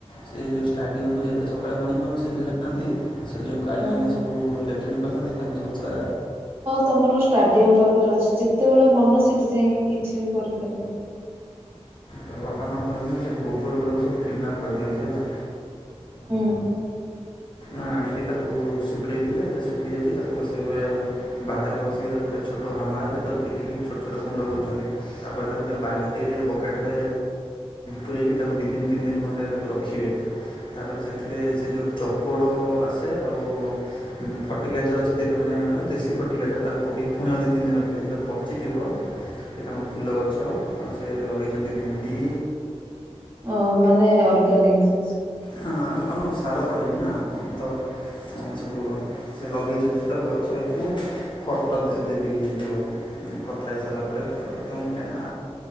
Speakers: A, on the left; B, on the right.
A: ସେ ଯେଉଁ ଷ୍ଟାଡିୟମକୁ ଯାଇଥିଲେ ସକାଳେ ମର୍ଣ୍ଣିଂ ୱକ୍, ସେଥିରେ ଯାଆନ୍ତି। ସେ ଯେଉଁ ଗାଈମାନେ
B: ହୁଁ
A: ସବୁ ଲଇଲେଟ୍ରନିକ କରିଥାନ୍ତି ତାଙ୍କୁ ସବୁ ପୁରା
B: ତୁମର ଷ୍ଟାଡିୟମ ପାଖରେ ଅଛି। ଯେତେବେଳ ମନ ସେଠି ଯାଇକି କିଛି ବି କରିପାରିବ।
A: ତ ବାପା କଣ କରନ୍ତି ନା ସେ ଗୋବର ଗୁଡ଼ାକ ସବୁ କିଡ଼ନାପ୍ କରିଦିଅନ୍ତି ହେଲା।
B: ହୁଁ।
A: ଆଣିକି ତାକୁ ଶୁଖେଇଥିଲେ ସେ ଶୁଖିଯାଇଛି ତାକୁ ବସିକ ବାହାରେ ବସିକି ତାକୁ ଗୋଟେ ଛୋଟ କହ ମାୟତରେ ତାକୁ ପିଟିକି ଛୋଟ ଛୋଟ ଗୁଣ୍ଡ କରୁଛନ୍ତି। ତାପରେ ତାକୁ ଗୋଟେ ବାଲ୍ଟିରେ ବକେଟରେ ପୂରୋଇକି ତାକୁ ଦୁଇ ଦିନ ତିନି ଦିନ ଖଣ୍ଡେ ତାକୁ ରଖିବେ।
B: ହଁ।
A: ତାପରେ ସେଥିରେ ସେ ଯେଉଁ ଚକଡ଼ ଆସେ ଆଉ। ଫର୍ଟିଲାଇଜର ଅଛି ମାନେ ଦେଶୀ ଫର୍ଟିଲାଇଜର ତାକୁ ପକାଇ ପୁଣି ଆ ଦୁଇ ତିନି ଦିନ ରଖିଦେଲେ ପାଚିଯିବ।
B: ହଁ।
A: ସେ ତାଙ୍କ ଫୁଲ ଗଛ ଆଉ ସେ ଲଗାଇଛନ୍ତି ଭେଣ୍ଡି।
B: ଓ ମାନେ ଅର୍ଗାନିକ୍ ଜିନିଷ।
A: ହଁ ଆମ ସାର ପଡ଼େନି ନା ତ ସବୁ ସେ ଲଗେଇଛନ୍ତି ପୁରା ଗଛ ଏଇଥି ମୁଁ ଫଟୋ ଦେବୀରୁ କଥା ହେଇ ସାରିଲା ପରେ କେତେବେଳେ ତ କାଇନା